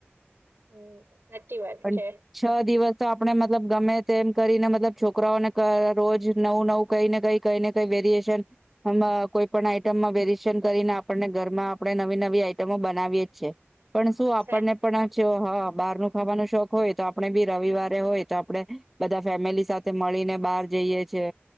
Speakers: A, on the right; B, in the centre.
A: હમ સાચી વાત
B: પણ
A: છે
B: છ દિવસ તો આપણે મતલબ ગમે તેમ કરીને મતલબ છોકરાઓને રોજ નવું નવું કઈને કઈ કઈ ને કઈ વેરિયશન કોઈ પણ આઈટમમાં વેરિએશન કરીને આપણને ઘરમાં આપણે નવી નવી આઈટમો બનાવીએ જ છે પણ શું આપણને
A: સા-
B: પણ છે હા બહાર ન ખાવાનો શોખ હોય તો આપણે બી રવિવારે હોય તો આપડે બધા ફેમિલી સાથે મળીને બહાર જઈએ છે